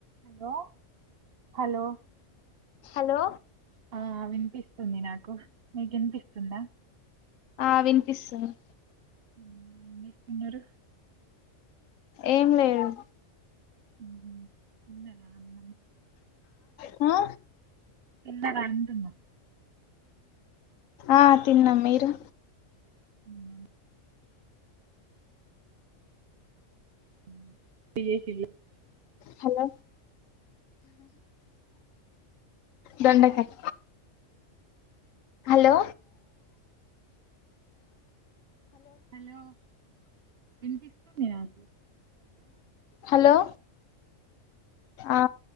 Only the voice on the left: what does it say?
hello
ఆ వినిపిస్తుంది
ఏం లేవు
ఆ
ఆ తిన్నం మీరు
హలో దొండకాయ్ హలో
హలో ఆ